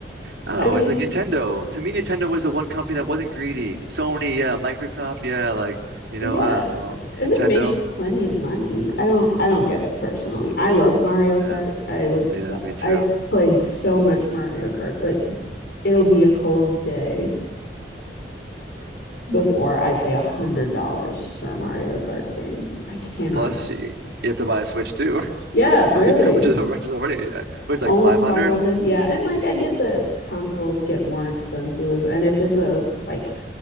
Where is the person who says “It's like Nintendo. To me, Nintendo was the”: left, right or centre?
Right